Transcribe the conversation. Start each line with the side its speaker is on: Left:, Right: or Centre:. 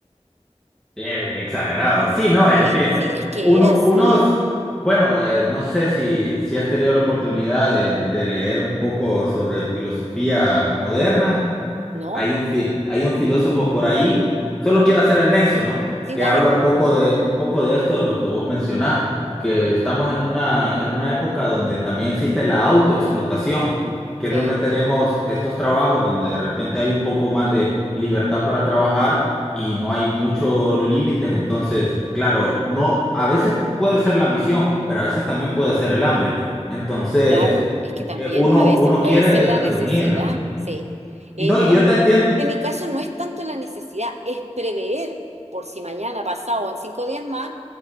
Centre: Eh, exagerado. Sí, no, es
Right: Sí,
Centre: que
Right: sí, es que
Centre: uno,
Right: era así,
Centre: unos, bueno, eh, no sé si, si has tenido la oportunidad de, de leer un poco sobre filosofía moderna.
Right: ¿no?
Centre: Hay un, fi- hay un filósofo por ahí, solo
Right: Ujú.
Centre: quiero hacer el nexo, ¿no?
Right: Sí,
Centre: Que
Right: dale.
Centre: habla un poco de, un poco de esto, de lo que vos mencionás, que estamos en una, en una época donde también existe la autoexplotación, que
Right: Sí.
Centre: es donde tenemos estos trabajos donde de repente hay un poco más de libertad para trabajar y no hay muchos límites, entonces, claro, no, a veces puede ser la ambición, pero a veces también puede ser el hambre. Entonces,
Right: Claro, es que también
Centre: eh, uno,
Right: a veces
Centre: uno
Right: puede
Centre: quiere
Right: ser la
Centre: reunir.
Right: necesidad,
Centre: ¿no?
Right: sí.
Centre: Y
Right: Eh,
Centre: no, y
Right: no,
Centre: yo te entiendo.
Right: en mi caso no es tanto la necesidad, es prever por si mañana, pasado o en cinco días más,